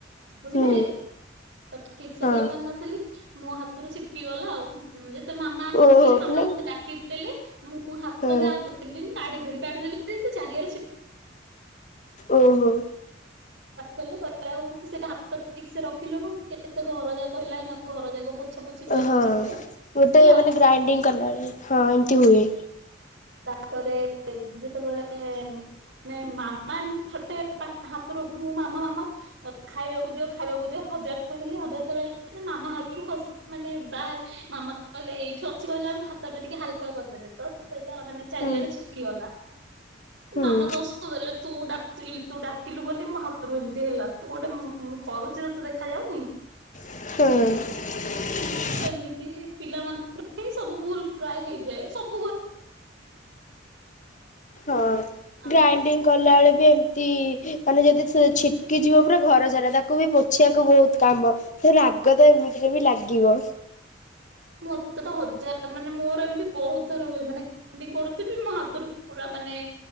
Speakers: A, on the right; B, on the left.
A: ବୁଝିପାରିଲେ
B: ହୁଁ
A: ତ ଠିକ୍ ସେ
B: ହଁ
A: ଦେଇ ପାରିନଥିଲି। ମୋ ହାତରୁ ଛିଟ୍କି ଗଲା ଆଉ ଯେତେ ମାମା ଆସିଲେ
B: ଓହୋ
A: ମାମା
B: ମାନେ
A: ମତେ ଡାକିଦେଲେ ମୁ ମୁଁ ହାତଟା
B: ହଁ
A: ଆଉ ଦେଲିିନି କାଢିଦେଲି -କାଢିଦେଲି ଯେନ୍ତି <inaudible> ପାଟି
B: ଓହୋ
A: କଲେ କହିଲେ ଆଉ ତୁ ସେଇଟା ହାତ ଠିକ୍ ସେ ରଖିଲୁନୁ କେତେ ଘର ଯାକ ହେଲା ଏଇନା ଘର ଯାକ ପୋଛା ପୋଛି କରିବାକୁ
B: ହଁ।
A: ପଡିବ
B: ଗୋଟେ
A: ହେଲା।
B: ମାନେ ଗ୍ରାଇଣ୍ଡିଙ୍ଗ କଲାବେଳେ ହଁ ଏମିତି ହୁଏ।
A: ତାପରେ ଯେତେବଳେ ନାଇଁ ମାମା ଏମତି ଥରଟେ ତା ହାତରୁ ମୁଁ ମାମା ମାମା ଖାଇବାକୁ ଦିଅ ଖାଇବାକୁ ଦିଅ ହଜାର୍ ଥର ହେଲି ହଜାର୍ ଥର ତାପରେ ମାମା ହାତରୁ ଖସି ମାନେ ବା ମାମା କହିଲେ ଏଇଠି ଅଛି କହିଲାଳକୁ ହାତ ଟା ଟିକେ ହାଲ୍କା କରିଦେଲେ। ତ ସେଇଟା ମାନେ ଚାରିଆଡେ
B: ହୁଁ
A: ଛିଟକି ଗଲା।
B: ହୁଁ।
A: ମାମା ଦୋଷ ଦେଲେ ତୁ ଡାକିଲୁ ତୁ ଡାକିଲୁ ବୋଲି ମୋ ହାତରୁ ଏମିତି ହେଲା ତୁ ଗୋଟେ ମୁଁ କରୁଚି ତତେ ଦେଖା ଯାଉନି।
B: ହୁଁ।
A: ଏମିତି ପିଲାମାନଙ୍କ ପାଇଁ ସବୁ ଭୁଲ୍ ପ୍ରାୟେ ହେଇଯାଏ ସବୁ ଘ
B: ହଁ
A: ଆଉ
B: ଗ୍ରାଇଣ୍ଡିଙ୍ଗ୍ ଗଲା ବେଳେ ବି ଏମିତି ମାନେ ଯଦି ଛିଟକି ଯିବ ପୁରା ଘର ସାରା ତାକୁ ବି ପୋଛିବାକୁ ବହୁତ୍ କାମ। <unintelligible> ରାଗ ତ ଏମିତିରେ ବି ଲାଗିବ।
A: ମତେ ତ ହଜାର୍ ମାନେ ମୋର ଏମିତି ବହୁତ୍ ଥର ହୁଏ ମାନେ ଗ୍ରାଇଣ୍ଡିଙ୍ଗ୍ କରୁଥିବି ମୋ ହାତରୁ ପୁରା ମାନେ